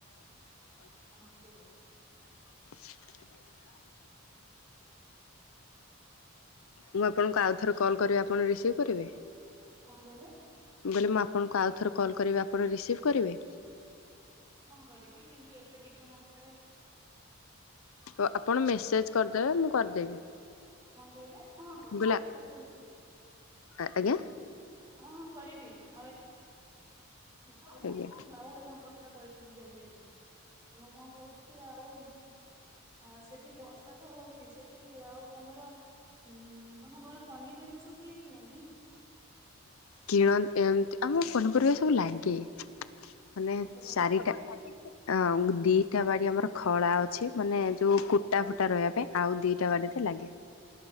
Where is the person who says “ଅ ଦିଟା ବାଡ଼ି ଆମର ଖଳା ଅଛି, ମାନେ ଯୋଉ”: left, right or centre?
Left